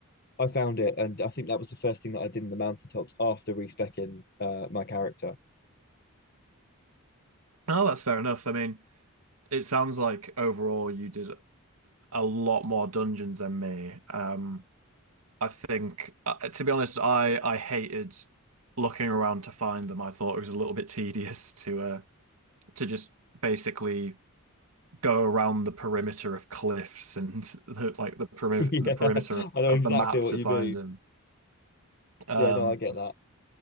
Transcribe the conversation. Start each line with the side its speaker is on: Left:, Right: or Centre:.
Left: I found it, and I think that was the first thing that I did in the mountaintops after respecing uh, my character.
Right: Oh, that's fair enough. I mean, it sounds like overall you did a lot more dungeons than me. Um, I think, uh, to be honest, I I hated looking around to find them. I thought it was a little bit tedious <laughs> to uh to just basically go around the perimeter of cliffs and the, like the perimeter
Left: <laughs>
Right: the perimeter
Left: Yeah,
Right: of,
Left: I know
Right: of
Left: exactly
Right: the map
Left: what
Right: to
Left: you
Right: find
Left: mean.
Right: them. Um,
Left: Yeah, no, I get that.